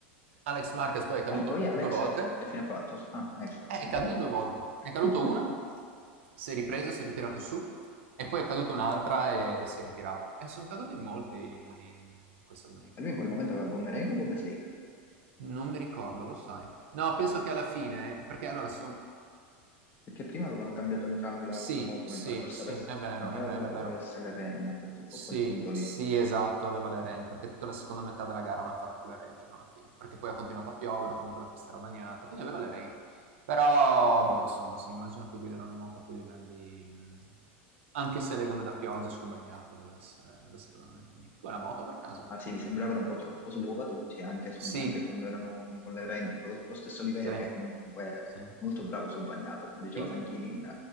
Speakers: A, on the right; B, on the left.
A: Alex Marquez poi è caduto
B: E poi Alex,
A: due volte.
B: che fine ha fatto? Ah, ecco,
A: Eh, è
B: appunto.
A: caduto due volte. È caduto
B: <laughs>
A: una, si è ripreso, si è ritirato su, e poi è caduta un'altra e, e si è ritirato. E sono caduti in molti mm, questa domenica
B: E lui
A: qua.
B: in quel momento aveva gomme Reino o gomme Slick?
A: Non mi ricordo, lo sai. No, penso che alla fine, perché allora sono...
B: Perché prima avevano cambiato entrambi la,
A: Sì,
B: la moto,
A: sì,
B: mi pare, forse
A: sì,
B: avesse,
A: è vero,
B: mi pare
A: è vero, è vero.
B: che avesse le Reina a questo- a
A: Sì,
B: quel punto
A: sì,
B: lì.
A: esatto, aveva le rain, perché tutta la seconda metà della gara l'hanno fatta con le rain fino alla fine, perché poi ha continuato a piovere, o comunque la pista era bagnata, quindi aveva le rain. Però, boh, insomma, sì, immagino che guidare una moto a quei livelli, mh, anche se le gomme da pioggia sul bagnato, deve essere, deve essere veramente unico. Tu hai la moto per caso?
B: Ma sì, mi sembravano un po' troppo sulle uova tutti, anche, son-
A: Sì,
B: anche quando erano con le Reine. Lo, lo stesso Oliveira,
A: sì,
B: che comunque è
A: sì.
B: molto bravo sul bagnato, come diceva
A: Chi?
B: Sanchini in eh,